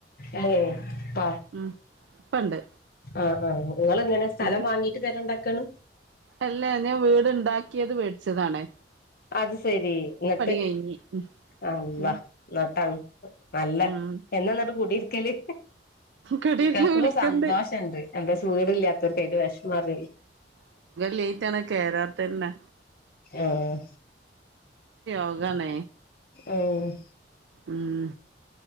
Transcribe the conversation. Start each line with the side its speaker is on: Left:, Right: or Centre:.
Left: ഏഹ പ
Right: ഉം ഇപ്പണ്ട്
Left: ആഹ ആ നിങ്ങ ഇങ്ങനെ സ്ഥലം
Right: പിന്നെ
Left: വാങ്ങീട്ട് തരണ്ടാക്കാണ്
Right: അല്ല ഞാൻ വീടുണ്ടാക്കിയത് മേടിച്ചതാണേ
Left: അത് ശെരി എന്നിട്ട്
Right: കഴിഞ്ഞ് ഉം
Left: അല്ല
Right: ഉം
Left: നട്ടാണ് നല്ല
Right: ഉം
Left: എന്നാ നട്ട് കൂടിരിക്കല്
Right: കടീന്ന്
Left: കേൾക്കുമ്പോ
Right: വിളിക്കണ്ട്
Left: സന്തോഷംുണ്ട് എന്റെ ചൂട് ഇല്ലാത്തവർക്ക്തി് വിഷംമാറ
Right: ലേറ്റ്ണ് കയറാത്തന്നെ
Left: ആഹ
Right: ോഗണ
Left: ഓഹ
Right: ഉം